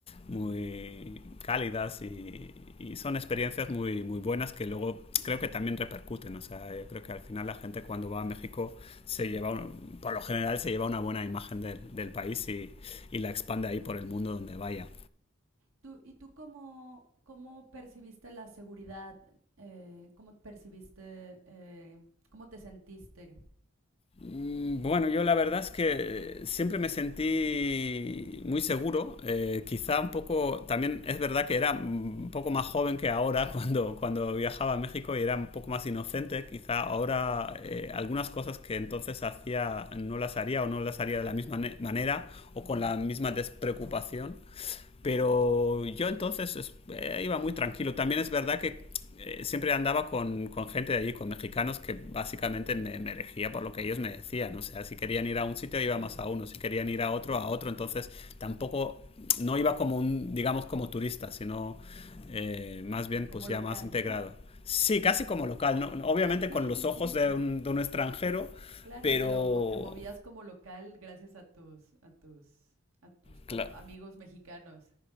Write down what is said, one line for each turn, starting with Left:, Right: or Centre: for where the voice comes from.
Left: muy cálidas y, y son experiencias muy, muy buenas que luego creo que también repercuten. O sea, yo creo que al final la gente cuando va a México se lleva, un- por lo general se lleva una buena imagen del, del país y, y la expande ahí por el mundo donde vaya.
Right: ¿Tú, ¿Y tú cómo, cómo percibiste la seguridad? Eh, ¿Cómo percibiste, eh, cómo te sentiste?
Left: Mm, Bueno, yo la verdad es que siempre me sentí muy seguro, eh, quizá un poco, también es verdad que era mm, un poco más joven que ahora <laughs> cuando, cuando viajaba a México y era un poco más inocente, quizá ahora eh, algunas cosas que entonces hacía no las haría o no las haría de la misma ne- manera o con la misma despreocupación.
Right: Ujú,
Left: Pero yo entonces eh, iba muy tranquilo. También es verdad que eh, siempre andaba con, con gente de allí, con mexicanos, que básicamente me, me elegía por lo que ellos me decían. O sea, si querían ir a un sitio, iba
Right: Claro,
Left: más a uno. Si querían ir a otro, a otro. Entonces tampoco, no iba como un, digamos, como turista, sino eh, más bien,
Right: como
Left: pues
Right: local.
Left: ya más integrado. Sí, casi como local, ¿no? Obviamente
Right: Sí,
Left: con los
Right: sí, sí,
Left: ojos
Right: pues
Left: de un, de un extranjero,
Right: claro,
Left: pero...
Right: pero mo- te movías como local gracias a tus a tus a tus comp-
Left: Claro.
Right: amigos mexicanos,